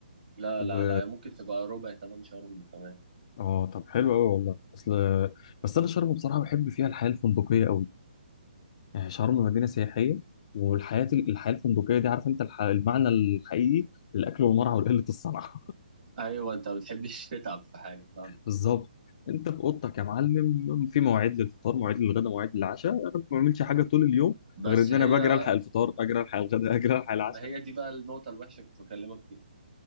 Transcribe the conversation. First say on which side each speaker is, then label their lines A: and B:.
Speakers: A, on the right (about 55°); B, on the left (about 40°).
A: لا
B: و
A: لا لا هي ممكن تبقى ربع تمن شهر كمان
B: اه طب حلو قوي والله اصل بس انا شرم بصراحه بحب فيها الحياه الفندقيه قوي يعني شرم مدينه سياحيه والحياه الحياه الفندقيه دي عارف انت الح... المعنى الحقيقي للاكل والمرعى وقله الصنعه
A: أيوة أنت ما بتحبش تتعب في حاجة فاهم
B: بالظبط انت في اوضتك يا معلم في مواعيد للفطار مواعيد للغداء مواعيد للعشاء انا ما بعملش حاجه طول اليوم
A: بس
B: غير ان
A: هي
B: انا بجري الحق الفطار اجري الحق الغداء اجري الحق العشاء
A: ما هي دي بقى النقطة الوحشة كنت بكلمك فيها